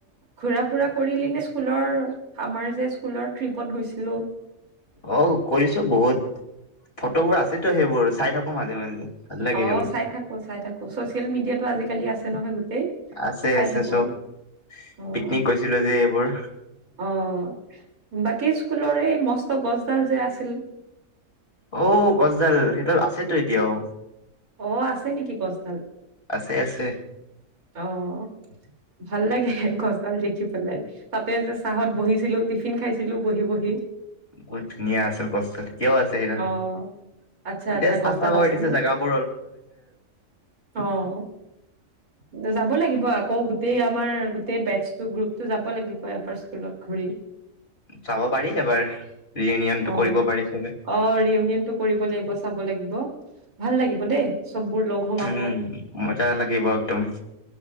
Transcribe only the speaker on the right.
ঘুৰা ফুৰা কৰিলি নে? স্কুলৰ আমাৰ যে, স্কুলৰ ট্ৰিপত গৈছিলোঁ?
অ'
চাই থাকো চাই থাকো চচিয়েল মিডিয়াটো আজিকালি আছে নহয়, গোটেই
চাই
থাকো।
অ'
অ' বাকী স্কুলৰ এই মস্ত গছডাল যে আছিল?
অ' আছে নেকি গছ ডাল
অঁ ভাল লাগে গছডাল দেখি পেলাই তাতে যে চাহঁত বহিছিলো টিফিন খাইছিলো বহি বহি।
অ আচ্ছা
আচ্ছা
গছডাল
আছে
ন
অ' যাব লাগিব আকৌ। টেই আমাৰ গোটেই বেটচটো গ্ৰুপতটো যাব লাগিব এবাৰ স্কুলত ঘূৰি
অ
অ ৰিউনিয়নটো কৰিব লাগিব চাব লাগিব। ভাল লাগিব দেই। চববোৰ লগ হ'ম
আকৌ